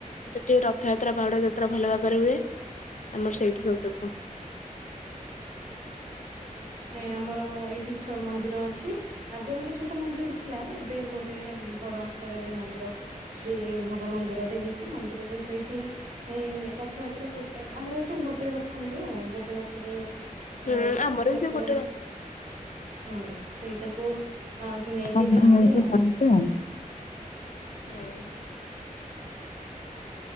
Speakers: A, on the left; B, on the right.
A: ଟ ରଥଯାତ୍ରା ବାହୁଡା ଯାତ୍ରା ଭଲ ଭାବରେ ହୁଏ ଆମର ସେଇଠି ସବୁ ଦେଖ
B: ନାଇଁ ଆମର ଏଇଠି ମନ୍ଦିର ଅଛି ଆଗରୁ ଗୋଟେ ଛୋଟ ମନ୍ଦିରଟେ ଥିଲା ଏବେ ଗୋଟେ ବଡ ଆକାରରେ ମନ୍ଦିର ବି ଭଲ ମନ୍ଦିରଟେ ହେଇଛି ମନ୍ଦିରରେ ସେଇଠି ଏ ରଥଯାତ୍ରା ଗୋଟେ ଆମର ଏଠି ଗୋଟେ ରଥ ହୁଏ ଆଉ ଗୋଟେ ରଥରେ ଏ
A: ହୁଁ ଆମର
B: ଠାକୁର
A: ବି ସେ ଗୋଟେ ରହତା
B: ହୁଁ ସେଇଟାକୁ ନେଇକି
A: ଶାନ୍ତି
B: ଯାଆନ୍ତି
A: ମଳକ
B: ଆଉ
A: ଜଣତ ହ